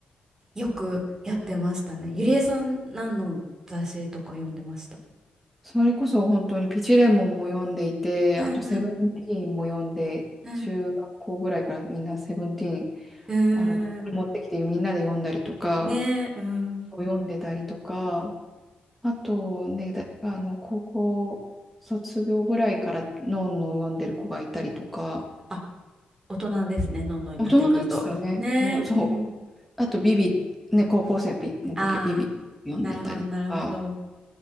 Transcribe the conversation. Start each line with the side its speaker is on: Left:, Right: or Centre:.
Right: よくやってましたね。ゆりえさん、何の雑誌とか読んでました
Centre: それこそ本当にピチレモンも読んでいて、
Right: うんうん
Centre: あとセブンティーンも読んで、
Right: うん
Centre: 中学校ぐらいからみんなセブンティーン、
Right: うん。
Centre: あの、ここに持ってきてみんなで読んだりとか、
Right: うーん。ねえ、うん。
Centre: 読んでたりとか、あとね、だ、あの、高校卒業ぐらいからノンノを読んでる子がいたりとか、
Right: あ、大人ですね、のんのになってくると。
Centre: 大人ですよね。
Right: ねえ、
Centre: うん、そう。
Right: うん。
Centre: あと、ビビ、ね、高校生の時はビビ読んでたりとか、
Right: ああ、なるほど、なるほど。